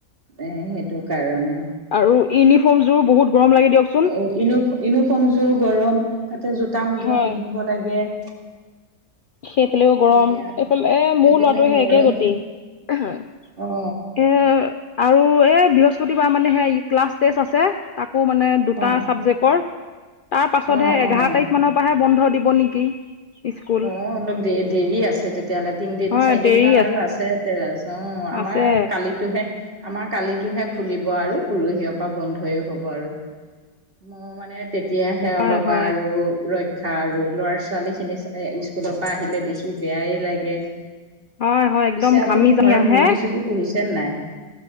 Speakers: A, on the right; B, on the left.
A: এ সেইটো কাৰণে
B: আৰু ইউনিফৰ্মযোৰো বহুত গৰম লাগে দিয়ক চ
A: অ, ইউ-ইউনিফৰ্মযোৰো গৰম, তাতে জোতা-মোজা
B: হয়
A: পিন্ধিব লাগে। <inaudible>
B: সেইফালেও গৰম,
A: এয়া
B: এইফালে, এ মোৰ
A: সেইপিনে
B: ল'ৰাটো সেই
A: গৰম
B: একে গতি। এ,
A: অ
B: আৰু কো এ বৃহস্পতিবাৰ মানে সেই ক্লাছ টষ্ট আছে, তাকো মানে দুটা
A: অ
B: চাবজেক্টৰ! তাৰ পাছতহে
A: অ',
B: এঘাৰ
A: অ',
B: তাৰিখমানৰ পৰাহে বন্ধ দিব নেকি, স্কুল।
A: অ', অলপ দেৰ-দেৰি আছে তেতিয়া হ'লে, তিনদিন,
B: হয়
A: চাৰিদিন
B: দেৰি
A: মান আৰু আছে <unintelligible> অ, আমাৰ
B: আছে
A: কালিতোহে। আমাৰ কালিতোহে খুলিব আৰু প'ৰহিয় পৰা বন্ধই হ'ব আৰু। মো মানে তেতিয়াহে অলপ
B: হয় হয়
A: আৰু ৰক্ষা আৰু ল'ৰা-ছোৱালীখিনি এ স্কুলৰ পৰা আহিলে দেখি বেয়াই লাগে!
B: হয় হয় একদম
A: পিছে আপুনি
B: ঘামি জামি
A: ঘৰত
B: আহে
A: মূৰ্গী- চূৰ্গী পুহিছে নে নাই?